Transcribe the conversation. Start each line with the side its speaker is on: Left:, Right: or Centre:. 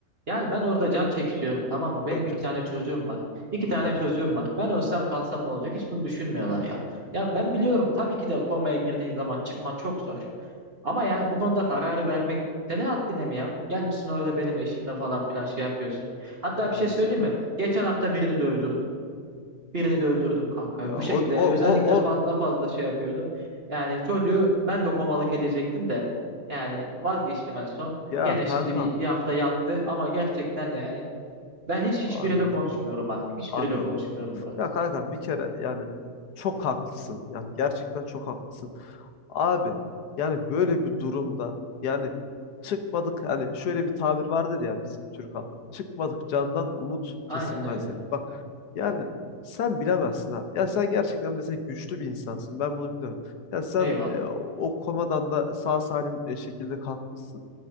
Right: Yani ben orada can çekişiyorum tamam mı benim
Left: Çok
Right: iki
Left: kötü.
Right: tane çocuğum var iki tane
Left: Evet,
Right: çocuğum var ben ölsem kalsam ne olacak hiç bunu düşünmüyorlar ya. Ya ben biliyorum tabii ki de komaya girdiğin zaman çıkman çok zor. Ama yani bu konuda kararı vermek senin haddine mi ya? Gelmişsin orada benim eşimle falan filan şey yapıyorsun. Hatta
Left: evet.
Right: bir şey söyleyeyim mi? Geçen hafta birini dövdürdüm. Birini dövdürdüm kanka.
Left: Ya
Right: Bu şekilde
Left: o
Right: yani
Left: o
Right: özellikle
Left: o o
Right: fazla fazla şey yapıyordu. Yani çocuğu ben de komalık edecektim de. Yani vazgeçtim en son.
Left: ya
Right: Gene
Left: kankam
Right: şimdi bir, bir hafta yattı ama gerçekten yani ben hiç hiçbiriyle
Left: anladım.
Right: konuşmuyorum artık. Hiçbiriyle
Left: Anladım.
Right: konuşmuyorum Murat.
Left: Ya kanka bir kere yani çok haklısın. Yani gerçekten çok haklısın. Abi yani böyle bir durumda yani çıkmadık hani şöyle bir tabir vardır ya bizim Türk halkında. Çıkmadık candan umut
Right: Aynen
Left: kesilmezdi.
Right: öyle.
Left: Bak yani sen bilemezsin abi. Ya sen gerçekten mesela güçlü bir insansın. Ben bunu biliyorum. Ya sen
Right: Eyvallah.
Left: e, o komadan da sağ salim e, şekilde kalkmışsın.